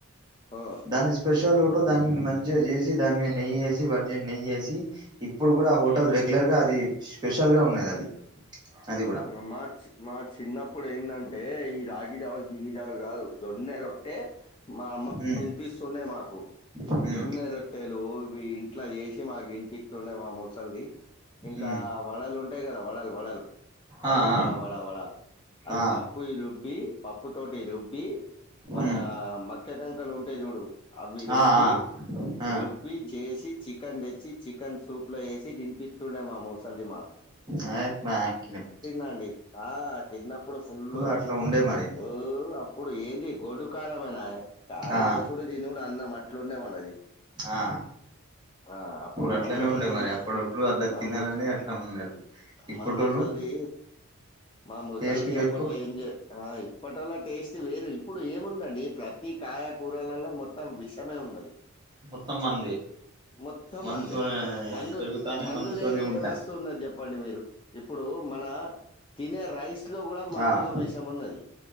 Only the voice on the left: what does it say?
ఆ
ఆ.
రోమాచ్ మా చిన్నప్పుడ్ ఏందంటే ఈ రాగి జావా గీగిజావాల్ కాదు జోన్నే రో ట్టే మా అమ్మ
దినిపిస్తుండే మాకు
జొన్నె రొట్టెలు ఇవి ఇంట్లా చేసి మాక్ తినిపిత్తుండే మా ముసల్ది ఇంకా
వడల్ ఉంటాయి గదా వడల్ వడల్ వడ
వడ వడా వడా అది
పప్ ప్పుయ్ రుబ్బి పప్పు తోటి రుబ్బి మన
మక్కే కంకెల్ ఉంటేయ్ జుడు అవి రుబ్బి
రుబ్ ప్పి చేసి చికెన్ దెచ్చి చికెన్ సూప్ ల ఏసి దినిపిత్తుండే మా మూసల్ది మాక్
టండి ఆ చిన్నప్పుడు ఫుల్లు
ఊ అప్పుడు ఏంది గొడ్డు కారమెనాయ్ కారం
ఏసుడు దినుడు అన్నాం అట్లుండే మనది
ఆ అప్పుడు
మా ముసల్దున్
మా
ముస్
మా ముసల్ది మా ముసల్ది
అప్పట్ల
ఏం జే ఆ ఇప్పటోల టేస్ట్ వేరు ఇప్పుడు ఏముందండి ప్రత్తి కాయకూరలల్ల మొత్తం విషమే ఉన్నది
మొత్తం
అండి మందు
మందు
లేని
ఏ వస్తువు ఉన్నది చెప్పండి మీరు ఇప్పుడు మన తినే రైస్ లో కూడా మందుల
విషము ఉన్నది